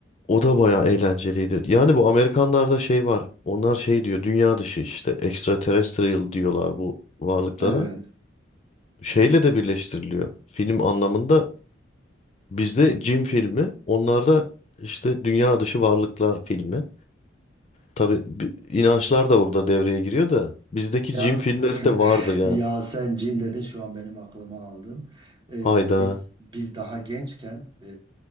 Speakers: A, on the left (about 35°); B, on the right (about 25°).
A: O da bayağı eğlenceliydi. Yani bu Amerikanlarda şey var. Onlar şey diyor dünya dışı işte extraterrestrial diyorlar bu varlıklara.
B: Evet.
A: Şeyle de birleştiriliyor. Film anlamında bizde cin filmi, onlarda işte dünya dışı varlıklar filmi. Tabii bi- inançlar da burada devreye giriyor da bizdeki
B: Ya
A: cin filmleri de
B: <laughs>
A: vardır yani.
B: ya sen cin dedin şu an benim aklıma aldın. E,
A: Hayda.
B: biz biz daha gençken e,